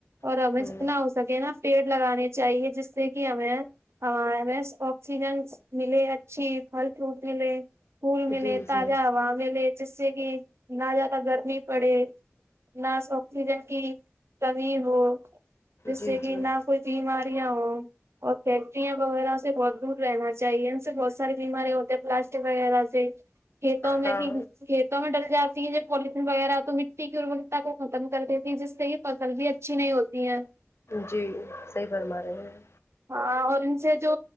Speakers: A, on the right; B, on the left.
A: اور
B: ہیں
A: ہمیں جتنا سے نا پیڑ لگانے چاہیے جس سے کی ہمیں ہاں بیسٹ آکسیجن ملے اچھی پھل فروٹ ملے پھول ملے
B: جی جی
A: تازہ ہوا ملے جس سے کی نہ زیادہ گرمی پڑے نہ آکسیجن کی کمی ہو جس
B: جی
A: سے
B: جی
A: کی نہ کوئی بیماریاں ہو اور فیکٹریاں وغیرہ سے بہت دور رہنا چاہیے ان سے بہت ساری بیماری ہوتے ہیں پلاسٹک وغیرہ سے کھیتوں میں
B: ہاں
A: کی کھیتوں میں ڈل جاتی ہے پولٹھیں وغیرہ تو مٹی کی رول تا کو ختم کر دیتی ہے جس سے ہی فصل بھی اچھی نہیں ہوتی ہے
B: جی صحی فرما رہے ہیں
A: ہاں اور ان سے جو